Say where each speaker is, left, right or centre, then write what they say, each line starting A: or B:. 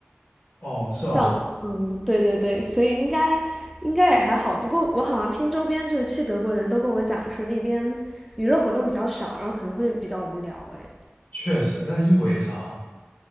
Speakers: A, on the left; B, in the centre.
A: 哦，是吗？
B: 但嗯，对对对，所以应该应该也还好。不过我好像听周边就是去德国的人都跟我讲说那边娱乐活动比较少，然后可能会比较无聊，哎。
A: 确实，但是英国也少啊，